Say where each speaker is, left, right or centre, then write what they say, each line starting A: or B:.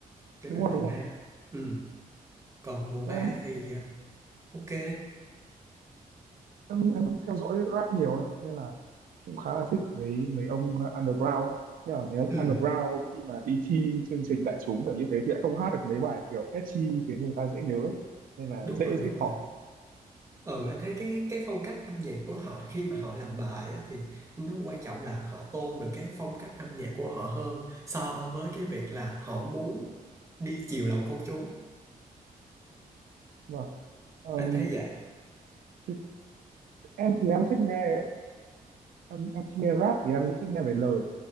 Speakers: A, on the right; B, on the right.
A: cho
B: đúng
A: nên
B: rồi
A: thành
B: đúng rồi
A: ra ừ. Còn mùa 3
B: Thế em,
A: thì à, ok
B: em em theo dõi rap nhiều ấy nên là cũng khá là thích mấy mấy ông underground ấy nhưng mà mấy ông
A: ừ.
B: underground khi mà đi thi chương trình đại chúng kiểu như thế thì lại không hát được mấy bài kiểu catchy khiến người ta dễ nhớ ấy nên là
A: Đúng
B: dễ
A: rồi đúng
B: dễ thọt
A: rồi ừ anh thấy cái cái phong cách âm nhạc của họ khi mà họ làm bài á, thì nó quan trọng là họ tôn được cái phong cách âm nhạc của họ hơn so với cái việc là họ muốn đi chiều lòng công chúng
B: và ờm,
A: anh thấy vậy
B: thì em thì em thích nghe em, em thích nghe rap thì em thích nghe về lời